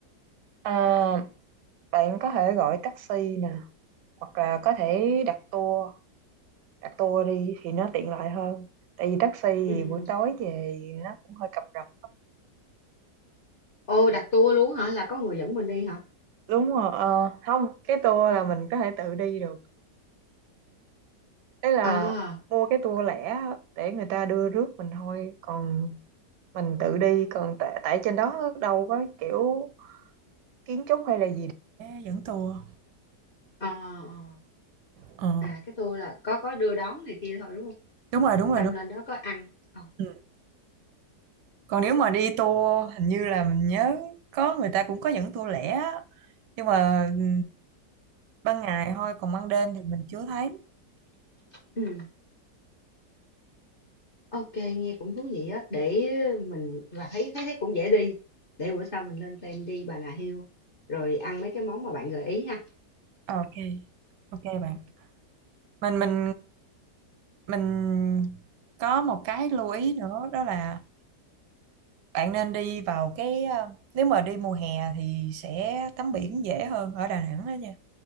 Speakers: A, on the right; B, on the left.
A: à, bạn có thể gọi taxi nè hoặc là có thể đặt tour đặt tour đi thì nó tiện lợi hơn tại vì taxi thì
B: ừ.
A: buổi tối về nó cũng hơi cập rập
B: ô đặt tour luôn hả là có người dẫn mình đi hả
A: đúng rồi ờ, không cái tour là mình có thể tự đi được đấy là
B: à
A: mua cái tour lẻ á, để người ta đưa rước mình thôi còn mình tự đi còn tại, tại trên đó đâu có kiểu kiến trúc hay là gì Ê, dẫn tour
B: à à,
A: ờ
B: à cái tour là có có đưa đón này kia thôi đúng không
A: đúng rồi đúng rồi
B: xong
A: đúng
B: lên đó có ăn Ờ.
A: ừ. còn nếu mà đi tour hình như là mình nhớ có người ta cũng có dẫn tour lẻ á. nhưng mà ừ, ban ngày thôi còn ban đêm thì mình chưa thấy
B: ừ. Ok, nghe cũng thú vị á. Để mình và thấy thấy thấy cũng dễ đi. Để bữa sau mình lên plan đi Bà Nà Hills rồi ăn mấy cái món mà bạn gợi ý ha.
A: Ờ, ok ok bạn mình mình mình có một cái lưu ý nữa đó là bạn nên đi vào cái ờ, nếu mà đi mùa hè thì sẽ tắm biển dễ hơn ở Đà Nẵng đó nha